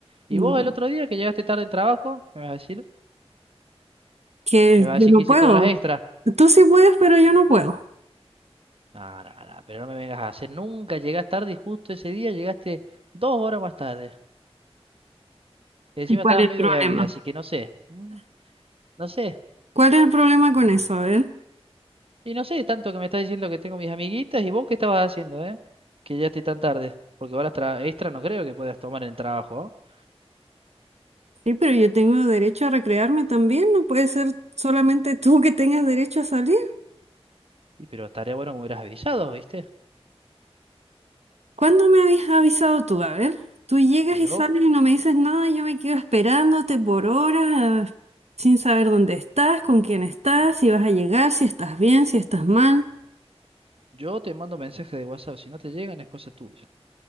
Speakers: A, on the right; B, on the right.
A: ¿Y
B: No.
A: vos el otro día que llegaste tarde del trabajo, me vas a decir?
B: que
A: ¿Me vas a
B: yo
A: decir
B: no
A: que hiciste
B: puedo.
A: horas extra?
B: Tú sí puedes, pero yo no puedo.
A: No, no, no, pero no me vengas a hacer, nunca llegás tarde y justo ese día llegaste dos horas más tarde. Y encima
B: ¿Y cuál
A: estabas
B: es
A: medio
B: el problema?
A: bebida, así que no sé, mm, no sé.
B: ¿Cuál es el problema con eso? A ver.
A: Y no sé, tanto que me estás diciendo que tengo mis amiguitas y vos qué estabas haciendo, ¿eh? Que ya estoy tan tarde. Porque horas tra- extra no creo que puedas tomar en el trabajo, ¿ah?
B: Sí, pero yo tengo derecho a recrearme también. No puede ser solamente tú que tengas derecho a salir.
A: Y pero estaría bueno que me hubieras avisado, ¿viste?
B: ¿Cuándo me habías avisado tú? A ver. Tú llegas
A: Yo,
B: y sales y no me dices nada. Yo me quedo esperándote por horas, sin saber dónde estás, con quién estás, si vas a llegar, si estás bien, si estás mal.
A: yo te mando mensajes de WhatsApp, si no te llegan es cosa tuya.